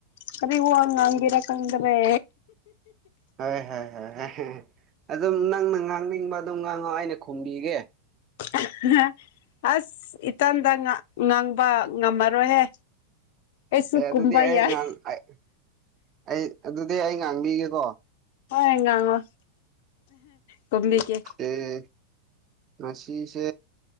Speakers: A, on the left; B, on the right.
A: ꯀꯔꯤ ꯋꯥ ꯉꯥꯡꯒꯦꯔꯥ ꯈꯪꯗꯔꯦ
B: ꯍꯣꯏ ꯍꯣꯏ ꯍꯣꯏ ꯍꯦ ꯑꯗꯨꯝ ꯅꯪꯅ ꯉꯥꯡꯅꯤꯡꯕ ꯑꯗꯨꯝ ꯉꯥꯡꯉꯣ ꯑꯩꯅ ꯈꯨꯝꯕꯤꯒꯦ
A: <unintelligible> ꯑꯁ ꯏꯇꯟꯗ ꯉꯥꯡ ꯉꯥꯡꯕ ꯉꯝꯃꯔꯣꯏꯍꯦ ꯑꯩꯁꯨ
B: ꯑꯦ ꯑꯗꯨꯗꯤ
A: ꯀꯨꯝꯕ ꯌꯥꯥꯏ
B: <unintelligible> ꯑꯩ ꯑꯗꯨꯗꯤ ꯑꯩ ꯉꯥꯡꯕꯤꯒꯦꯀꯣ
A: ꯍꯣꯏ ꯉꯥꯡꯉꯣ ꯈꯨꯝꯕꯤꯒꯦ
B: ꯑꯦ ꯉꯁꯤꯁꯦ